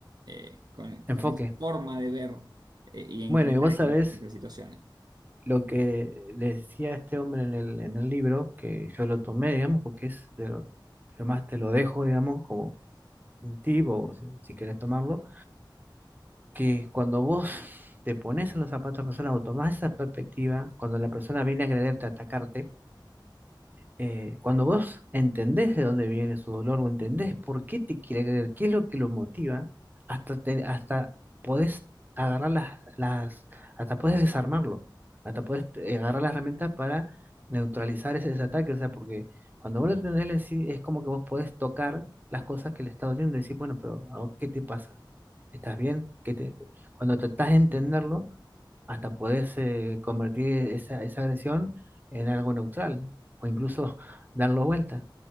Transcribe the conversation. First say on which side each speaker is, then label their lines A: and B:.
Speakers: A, on the right; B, on the right.
A: eh, con,
B: enfoque.
A: con esa forma de ver eh, y encarar
B: Bueno, y vos
A: estas,
B: sabés
A: estas situaciones.
B: lo que le decía este hombre en el, en el libro, que yo lo tomé, digamos, porque es de lo, además te lo dejo, digamos, como un tipo, si si querés tomarlo que cuando vos te pones en los zapatos de la persona o tomás esa perspectiva, cuando la persona viene a agrederte, a atacarte, eh, cuando vos entendés de dónde viene su dolor o entendés por qué te quiere agredir, qué es lo que lo motiva, hasta, te- hasta podés agarrar las, las, hasta podés desarmarlo, hasta podés eh, agarrar las herramientas para neutralizar ese, ese ataque, o sea, porque cuando vos lo entendés, le decís- es como que vos podés tocar las cosas que le está doliendo y decir, bueno, pero ¿a vos ¿qué te pasa? ¿Estás bien? Que te, cuando tratás de entenderlo, hasta podés eh, convertir esa, esa agresión en algo neutral o incluso <laughs> darlo vuelta,